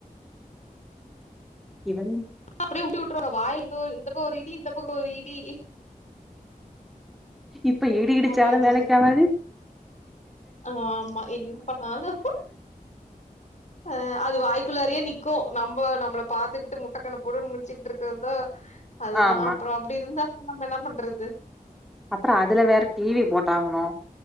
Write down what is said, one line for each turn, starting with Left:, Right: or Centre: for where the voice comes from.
Centre: இவங்க
Left: அப்படியே ஊட்டி விட்டுறாங்க வா இந்த ஒரு இந்த பக்கம் ஒரு ரீதி இந்த பக்கம் ஒரு ரீதி
Centre: இப்ப இடி இடிச்சாலும்
Left: சாப்பாடு
Centre: வேலைக்க ஆவாது
Left: ஆஹ் ஆமா என்ன பண்ணாலும் அஹ் அது வாய்க்குள்ளாரே நிக்கும் நம்ம நம்மளை பார்த்துக்கிட்டு முட்டைக்கண ட முடிச்சுட்டு இருக்குறதுதா அதுதான்
Centre: ஆமா
Left: அப்புறம் அப்படி இருந்தால நம்ம என்ன பண்றது
Centre: அப்புறம் அதுல வேற டிவி போட்டகணும்